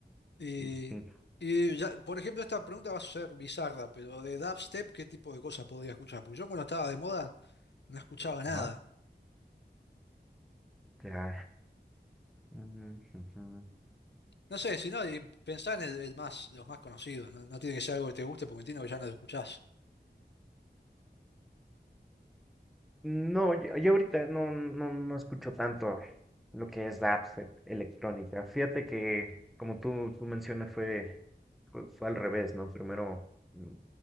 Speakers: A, on the left; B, in the centre.
A: y,
B: sí, sí,
A: y ya- por ejemplo, esta pregunta va a ser bizarra, pero de dubstep, ¿qué tipo de cosas podría escuchar? Porque yo cuando estaba de moda No escuchaba nada.
B: Ajá, ya. Ujú, ujú.
A: No sé, si no, y pensá en el, el más, los más conocidos. No, No tiene que ser algo que te guste porque entiendo que ya no lo escuchás.
B: No, yo, yo ahorita no, no, no escucho tanto lo que es dubstep electrónica. Fíjate que, como tú, tú mencionas, fue, fue, fue al revés, ¿no? Primero, mm,